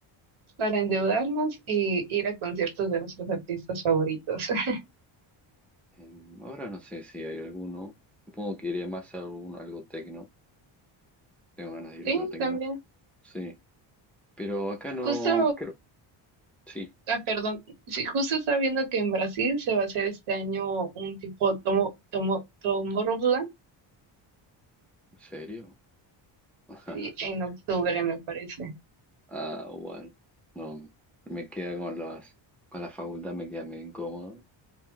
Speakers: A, on the right (about 75°); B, in the centre.
A: para endeudarnos y ir a conciertos de nuestros artistas favoritos. <laughs>
B: Em, ahora no sé si hay alguno. Supongo que iría más a algún, algo tecno. Tengo ganas de ir
A: Sí,
B: a algo tecno.
A: también.
B: Sí. Pero acá no
A: Justo,
B: creo. Sí,
A: ah, perdón, sí, justo estaba viendo que en Brasil se va a hacer este año un tipo tomo, tomo, Tomorrowland,
B: ¿en serio? <laughs>
A: sí, en octubre me parece.
B: Ah, bueno, no, me queda con las, con la facultad me queda medio incómodo,